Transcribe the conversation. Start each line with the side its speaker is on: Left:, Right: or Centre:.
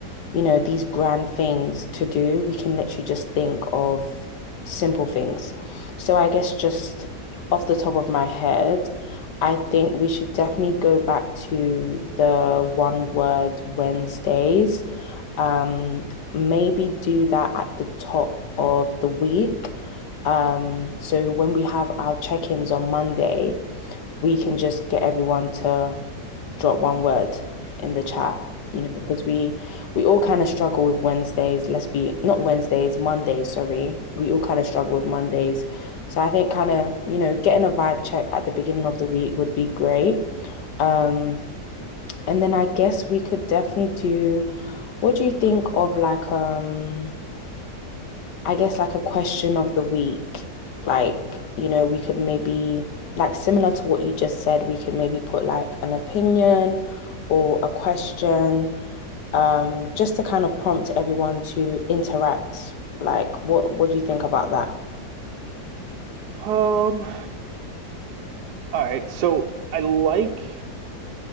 Left: you know, these grand things to do, we can literally just think of simple things. So I guess just off the top of my head, I think we should definitely go back to the one word Wednesdays. Um, maybe do that at the top of the week. Um, so when we have our check-ins on Monday, we can just get everyone to drop one word in the chat you know because we we all kind of struggle with wednesdays let's be not wednesdays mondays sorry we all kind of struggle with mondays so i think kind of you know getting a vibe check at the beginning of the week would be great um and then i guess we could definitely do what do you think of like um I guess like a question of the week, like, you know, we could maybe like similar to what you just said, we could maybe put like an opinion or a question, um, just to kind of prompt everyone to interact. Like, what what do you think about that?
Right: that. Um All right, so I like